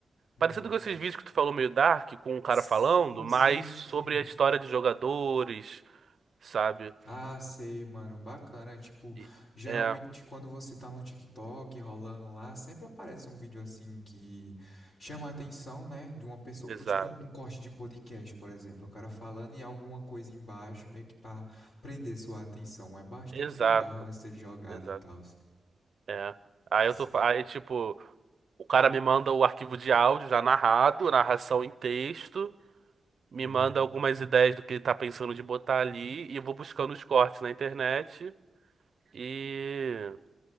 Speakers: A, on the left; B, on the right.
A: Hum.
B: Parecido com esses vídeos que tu falou meio dark, com um cara
A: Sim,
B: falando, mas
A: sim,
B: sobre
A: sim.
B: a história de jogadores, sabe?
A: Ah, sei, mano, bacana. Tipo,
B: E-
A: geralmente
B: É,
A: quando você tá no TikTok rolando lá, sempre aparece um vídeo assim que chama a atenção, né, de uma pessoa,
B: exato.
A: pô, tipo um, um corte de podcast, por exemplo, o cara falando e alguma coisa embaixo, meio que pra prender sua atenção. É bastante
B: Exato,
A: legal essa jogada
B: exato.
A: e tal.
B: É. Aí
A: Sim.
B: eu tô, aí tipo, o cara me manda o arquivo de áudio já narrado, narração em texto, me
A: Hum.
B: manda algumas ideias do que ele tá pensando de botar ali e eu vou buscando os cortes na internet e